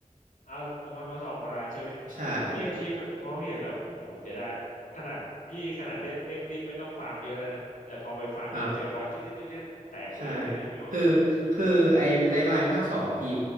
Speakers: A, on the left (about 75°); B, on the right (about 80°).
A: เอาเอามามาสองบาลานซ์ใช่ไหมเพราะพี่ก็คิดเพราะพี่เห็นแบบโอ้โหเสียดายขนาดพี่ขนาดเร่งเร่งรีบไม่ต้องฟาร์มเยอะแล้วนะแต่พอไปฟาร์มเยอะเจอบอสจึ๊บจึ๊บจึ๊บจึ๊บแตกเลยอะไรเงี้ยพี่บอกเออใช่ไหม
B: ใช่ครับ ใช่คือคือไอ้ไดน์ไลน์ภาคสองอะพี่